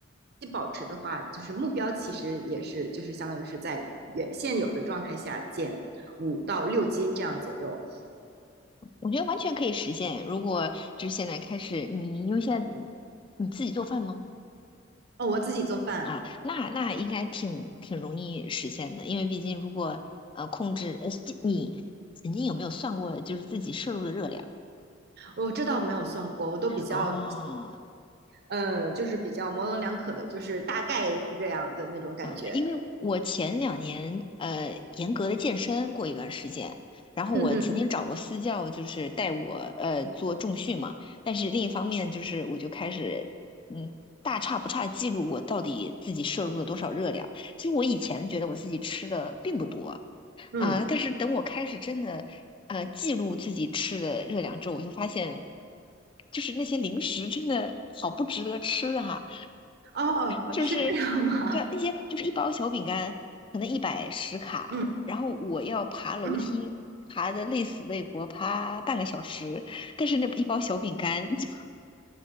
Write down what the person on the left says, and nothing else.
我觉得完全可以实现。如果就是现在开始，你因为现在你你自己做饭吗？
啊，那那应该挺挺容易实现的，因为毕竟如果呃控制呃这你曾经有没有算过就是自己摄入的热量？
哦，
嗯，因为我前两年呃严格的健身过一段时间，然后我曾经找过私教，
就是带我呃做重训嘛，但是另一方面就是我就开始嗯大差不差记录我到底自己摄入了多少热量。其实我以前觉得我自己吃的并不多，
啊，但是等我开始真的呃记录自己吃的热量之后，我就发现，就是那些零食真的好不值得吃哈、
就是
对啊那些就是一包小饼干可能一百十卡，
然后我要爬楼梯爬的累死累活，
爬半个小时，但是那一包小饼干 <laughs>